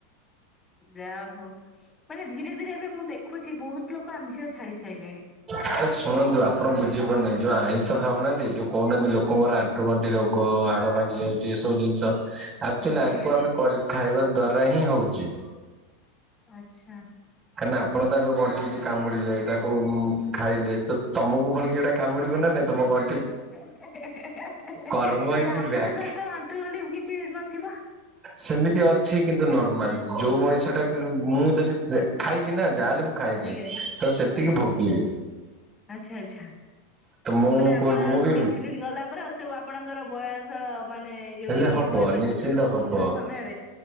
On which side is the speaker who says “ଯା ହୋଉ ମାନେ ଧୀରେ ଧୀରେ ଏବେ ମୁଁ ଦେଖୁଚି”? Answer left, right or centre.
Left